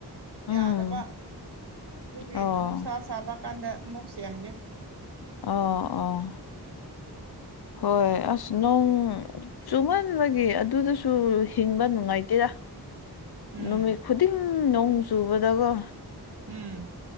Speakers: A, on the left; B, on the right.
A: ꯎꯝ
B: ꯌꯥꯗꯕ ꯑꯗꯨꯒꯤ
A: ꯑꯣ
B: ꯅꯨꯡꯁꯥ ꯁꯥꯕ ꯀꯥꯟꯗ ꯑꯃꯨꯛ ꯁꯦꯝꯒꯦ
A: ꯑ‌ꯣ ꯑꯣ ꯍꯣꯏ ꯑꯁ ꯅ‌ꯣꯡ ꯆꯨꯝꯃꯟꯕꯒꯤ ꯑꯗꯨꯗꯁꯨ ꯍꯤꯡꯕ ꯅꯨꯡꯉꯥꯏꯇꯦꯔ
B: ꯎꯝ
A: ꯅꯨꯃꯤꯠ ꯈꯨꯗꯤꯡ ꯅꯣꯡ ꯆꯨꯕꯗꯒꯣ
B: ꯎꯝ